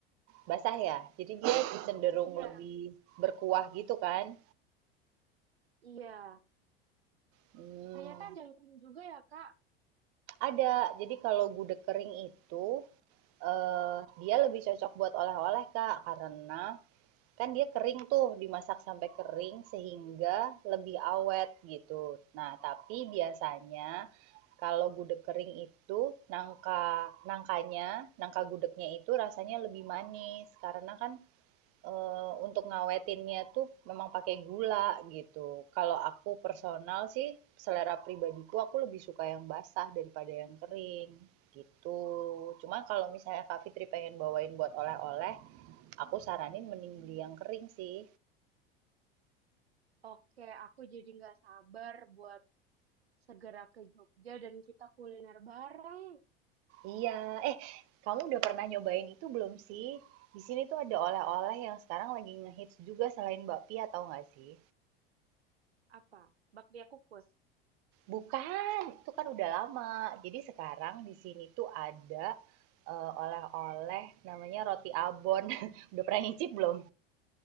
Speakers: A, on the right; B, on the right.
A: Basah ya? Jadi dia cenderung
B: Iya,
A: lebih berkuah gitu kan?
B: iya.
A: Hmm,
B: Ternyata ada yang kering juga ya, Kak.
A: ada. Jadi kalau gudeg kering itu eh, dia lebih cocok buat oleh-oleh Kak, karena kan dia kering tuh, dimasak sampai kering sehingga lebih awet gitu. Nah, tapi biasanya kalau gudeg kering itu nangka nangkanya, nangka gudegnya itu rasanya lebih manis karena kan Eee, untuk ngawetinnya tuh memang pakai gula gitu. Kalau aku personal sih, selera pribadiku aku lebih suka yang basah daripada yang kering, gitu. Cuma kalau misalnya Kak Fitri pengen bawain buat oleh-oleh, aku saranin mending beli yang kering sih.
B: Oke, aku jadi nggak sabar buat segera ke Jogja dan kita kuliner bareng.
A: Iya, eh kamu udah pernah nyobain itu belum sih? Di sini tuh ada oleh-oleh yang sekarang lagi ngehits juga selain bakpia, tahu nggak sih?
B: Apa? Bakpia kukus.
A: Bukan, itu kan udah lama. Jadi sekarang di sini tuh ada eh, oleh-oleh namanya roti abon. <laughs> Udah pernah nyicip belum?